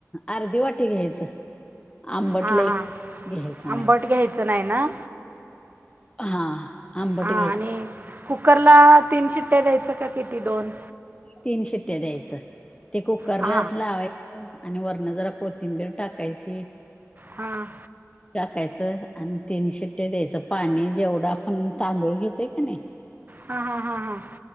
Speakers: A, on the left; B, on the right.
A: अर्धी वाटी घ्यायचं आंबट
B: हां
A: लई
B: हां
A: घ्यायचं
B: आंबट
A: नाही.
B: घ्यायचं नाही ना?
A: हा आंबट
B: हां
A: घ्याय-
B: आणि कुकरला तीन शिट्ट्या द्यायच का किती दोन-
A: तीन शिट्ट्या द्यायचं ते कुकरला
B: हां
A: लावाय- आणि वरण जरा कोथिंबीर टाकायची.
B: हां.
A: टाकायचं आणि तीन शिट्टे द्यायचं पाणी जेवढं आपण तांदूळ घेतोय का नाही-
B: हा हा हा हां.